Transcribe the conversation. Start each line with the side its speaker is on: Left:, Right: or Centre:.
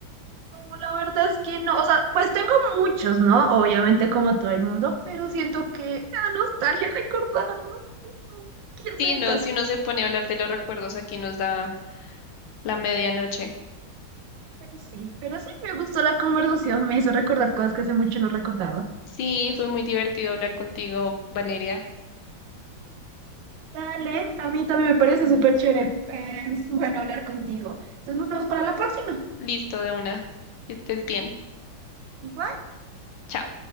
Right: No, La verdad es que no, o sea, pues tengo muchos, ¿no? Obviamente como todo el mundo, pero siento que me da nostalgia recordarlos. Ay, no, Quiero
Left: Sí,
Right: tener
Left: no,
Right: un tazo.
Left: si uno se pone a hablar de los recuerdos, aquí nos da La medianoche.
Right: Pues sí, pero sí me gustó la conversación, me hizo recordar cosas que hace mucho no recordaba.
Left: Sí, fue muy divertido hablar contigo, Valeria.
Right: Dale, a mí también me parece súper chévere, eh, <laughs> bueno, hablar contigo. Entonces nos vemos para la próxima.
Left: Listo de una. Que estés bien.
Right: Igual.
Left: Chao.